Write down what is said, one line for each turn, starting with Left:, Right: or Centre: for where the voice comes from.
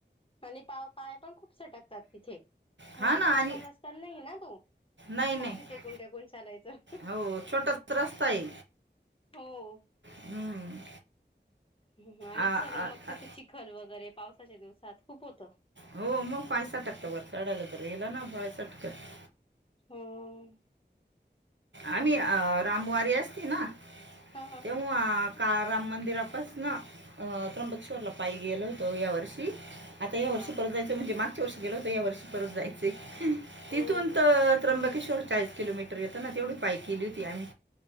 Left: आणि पा पाय पण खूप सटकतात तिथे म्हणजे
Right: हा ना
Left: प्रॉपर
Right: आणि
Left: रस्ताच नाही हे ना तो.
Right: नाही
Left: काठी
Right: नाही
Left: ते कोणते्या कोण चालायचं
Right: हो छोटाच रस्ता आहे
Left: हो
Right: हम्म.
Left: ह आणि
Right: आ-
Left: सगळं
Right: आ-
Left: मग तिथे
Right: आ-
Left: चिखल वगैरे पावसाच्या दिवसात खूप होतं
Right: हो मग पायसटक वरतड्याल रला ना पायसटकत
Left: होम
Right: आम्ही रामवारी असती ना
Left: हा हा
Right: तेव
Left: हा
Right: का राम मंदिरापास ना त्र्यंबकेश्वरला पायी गेलो होतो या वर्षी आता या वर्षी
Left: हा
Right: परत जायच म्हजे मागच्या वर्ष गेलं तर या वर्ष परतय तिथून
Left: हो
Right: तर त्र्यंबकेश्वर चाळीस किलोमीटर येतं ना तेवढी पाय केली होती आम्ही